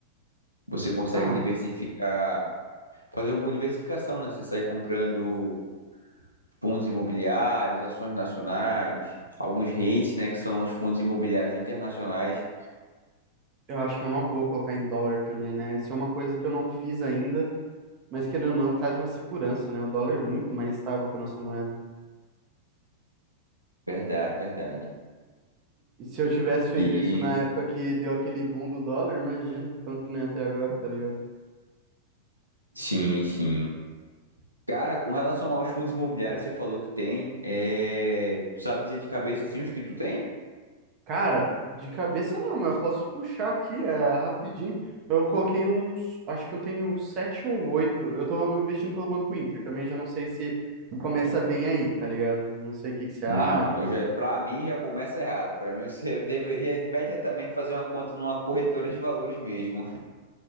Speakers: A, on the right; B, on the right.
A: você consegue
B: Ah,
A: diversificar, fazer uma boa diversificação, né? Você sai comprando fundos imobiliários, ações nacionais, alguns REITs, né, que são os fundos imobiliários internacionais.
B: eu acho que é uma boa colocar em dólar também, né? Isso é uma coisa que eu não fiz ainda. Mas querendo ou não, traz uma segurança, né? O dólar é muito mais estável que a nossa moeda.
A: Verdade, verdade.
B: E se eu tivesse feito
A: E
B: isso na época que deu aquele boom do dólar, imagina quanto que não é até agora, tá ligado?
A: sim, sim. Cara, com relação aos fundos imobiliários, você falou que tem. É... Tu sabe dizer de cabeça assim os que tu tem?
B: Cara, de cabeça não, mas eu posso puxar aqui, é rapidinho. Eu coloquei uns, acho que eu tenho sete ou oito. Eu tô investindo pelo Banco Inter, também já não sei se começa bem aí, tá ligado? Não sei o que que você
A: Não,
B: acha.
A: eu
B: assim.
A: já, para mim já começa errado. Para mim você <laughs> deveria imediatamente fazer uma conta numa corretora de valores mesmo.